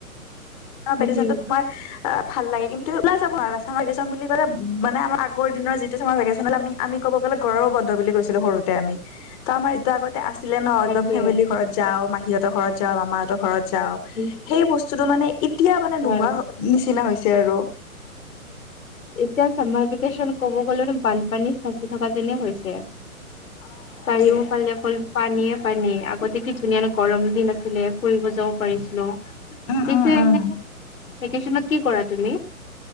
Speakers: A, on the left; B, on the left.
A: উম
B: তোমাৰ পেকেছনটোত
A: হম
B: তোমাৰ। অ ভাল লাগে কিন্তু ওলাই যাব আৰু ভেকেচন বুলি ক'লে মানে আমাৰ আগ দিনৰ যিটো চমাৰ ভেকেচনলে আমি। আমি ক'ব গ'লে ঘৰৰ বন্ধ বুলি কৈছিলো সৰুতে আমি। আমাৰ এতিয়া আগতে আছিলে ন
A: তাকে
B: একদম ফেমিলিৰ ঘৰত যাও মিহীহঁতৰ ঘৰত যাও মামাহঁতৰ ঘৰত যাও।
A: উম উম
B: সেই বস্তুটো মানে ইতিয়া মানে নোহোৱা
A: হয়
B: নিচিনা হৈছে আৰু।
A: এতিয়া চামাৰ ভেকেশচন কব গ'লেও বানপানীত ফাঁচি থকা যেনে হৈছে।
B: অ
A: চাৰিওফালে
B: সেইটোয়ে
A: অকল পানীয়েে পানীয়ে আগতে কি ধুনীয়া ন গৰম দিন আছিলে ফুৰিব যাব পাৰিছিলো।
B: উম
A: পিছে
B: উম উম
A: এনে ভেকেচনত কি কৰা তুমি?